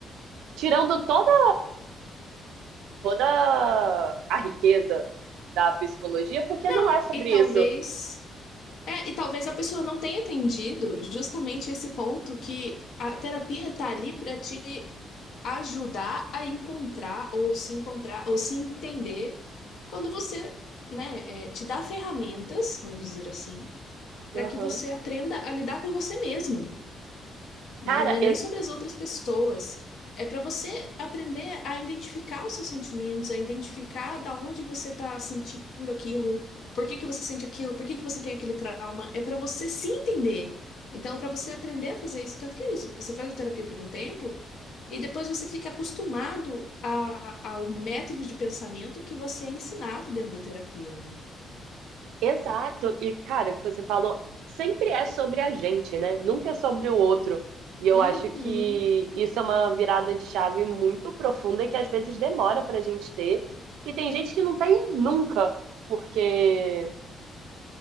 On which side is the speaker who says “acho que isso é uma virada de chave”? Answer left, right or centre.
Right